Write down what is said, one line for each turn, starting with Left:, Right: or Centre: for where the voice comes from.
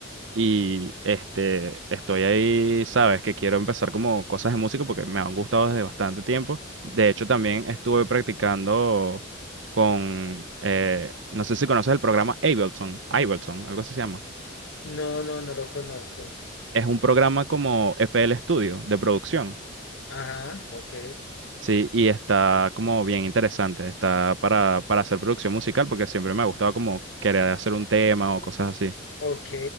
Right: y este, estoy ahí, sabes, que quiero empezar como cosas de música porque me han gustado desde bastante tiempo. De hecho, también estuve practicando con, eh, no sé si conoces el programa Ableton, Ableton, algo así se llama.
Left: No, no, no lo conozco.
Right: Es un programa como FL Studio de producción.
Left: Ajá, ok.
Right: Sí, y está como bien interesante, está para, para hacer producción musical porque siempre me ha gustado como querer hacer un tema o cosas así.
Left: Ok,